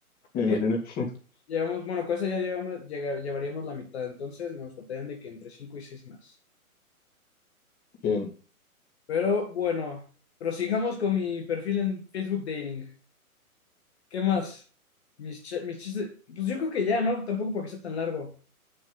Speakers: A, on the left (about 20°); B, on the left (about 45°).
A: me imaginé.
B: Eh,
A: <laughs>
B: llevamos, bueno, con eso ya llevamos, llega- llevaríamos la mitad, entonces nos faltarían de que entre 5 y 6 más.
A: Bien.
B: Pero bueno, prosigamos con mi perfil en Facebook Dating. ¿Qué más? Mis, ch- mis chistes, pues yo creo que ya, ¿no? Tampoco porque sea tan largo.